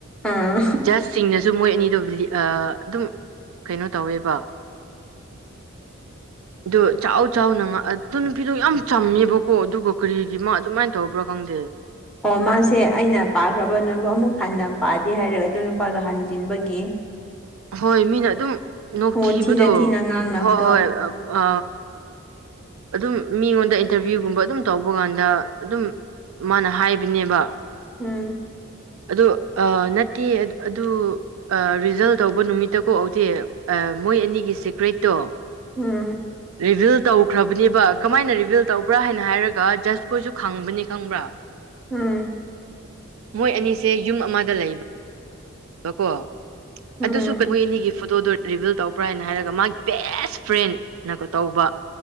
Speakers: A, in the centre; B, on the right.
A: ꯑꯥ
B: ꯖꯁꯁꯤꯡꯅꯁꯨ ꯃꯣꯏ ꯑꯅꯤꯗꯣ ꯑ ꯑꯗꯨꯝ ꯀꯩꯅꯣ ꯇꯧꯋꯦꯕ
A: <inaudible>
B: ꯑꯗꯣ ꯆꯥꯎ ꯆꯥꯎꯅꯣ ꯑꯗꯨ ꯅꯨꯄꯤꯗꯣ ꯌꯥꯝ ꯆꯝꯃꯦꯕꯀꯣ ꯑꯗꯨꯒ ꯀꯔꯤꯒꯤꯃ ꯑꯗꯨꯃꯥꯏ ꯇꯧꯕ꯭ꯔꯥ ꯀꯣ ꯈꯪꯗꯦ
A: ꯑꯣ ꯃꯥꯁꯦ ꯑꯩꯅ ꯄꯥꯈ꯭ꯔꯕ ꯅꯣꯏꯕꯨ ꯑꯃꯨꯛ ꯍꯟꯅ ꯄꯥꯗꯦ ꯍꯥꯏꯔꯛ ꯑꯗꯨ ꯅꯨꯄꯥꯒ ꯍꯟꯖꯤꯟꯕꯒꯤ
B: ꯍꯣꯏ ꯃꯤꯅ ꯑꯗꯨꯝ ꯅꯣꯛꯊꯤꯕꯗꯣ
A: ꯑꯣ ꯊꯤꯅ ꯊꯤꯅ ꯉꯥꯡꯅꯕꯗꯣ
B: ꯍꯣꯏ ꯍꯣꯏ ꯑ ꯑꯗꯨꯝ ꯃꯤꯉꯣꯟꯗ ꯏꯟꯇꯔꯚꯤꯌꯨꯒꯨꯝꯕ ꯑꯗꯨꯝ ꯇꯧꯕ ꯀꯥꯟꯗ ꯑꯗꯨꯝ ꯃꯥꯅ ꯍꯥꯏꯕꯅꯦꯕ
A: ꯎꯝ
B: ꯑꯗꯨ ꯑ ꯅꯠꯇꯦ ꯑꯗꯨ ꯑ ꯔꯤꯖꯜ ꯇꯧꯕ ꯅꯨꯃꯤꯠꯇꯀꯣ ꯑꯣꯗꯤ ꯑ ꯃꯣꯏ ꯑꯅꯤꯒꯤ ꯁꯤꯦꯀ꯭ꯔꯦꯠꯇꯣ
A: ꯎꯝ
B: ꯔꯤꯚꯤꯜ ꯇꯧꯈ꯭ꯔꯕꯅꯦꯕ ꯀꯃꯥꯏꯅ ꯔꯤꯚꯤꯜ ꯇꯧꯕ꯭ꯔꯥ ꯍꯥꯏꯅ ꯍꯥꯏꯔꯒ ꯖꯁꯈꯣꯏꯁꯨ ꯈꯪꯕꯅꯦ ꯈꯪꯕ꯭ꯔꯥ
A: ꯎꯝ
B: ꯃꯣꯏ ꯑꯅꯤꯁꯦ ꯌꯨꯝ ꯑꯃꯗ ꯂꯩꯕꯕꯀꯣ
A: ꯎꯝ
B: ꯑꯗꯨꯁꯨ ꯀꯃ ꯃꯣꯢꯅꯤꯒꯤ ꯐꯣꯇꯣꯗꯣꯔꯤꯚꯤꯜ ꯇꯧꯕ꯭ꯔꯥ ꯍꯥꯏꯅ ꯍꯥꯏꯔꯒ ꯃꯥꯒꯤ ꯕꯦꯁ ꯐ꯭ꯔꯦꯟꯅꯀꯣ ꯇꯧꯕ